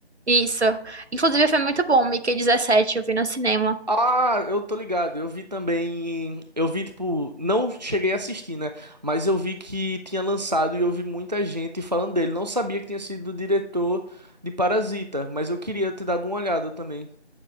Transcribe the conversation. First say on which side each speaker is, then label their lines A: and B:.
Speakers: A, on the right; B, on the right.
A: isso. Inclusive, foi muito bom, Mickey 17, eu vi no cinema.
B: Ah, eu tô ligado. Eu vi também. Eu vi, tipo, não cheguei a assistir, né? Mas eu vi que tinha lançado e eu vi muita gente falando dele. Não sabia que tinha sido o diretor de Parasita, mas eu queria ter dado uma olhada também.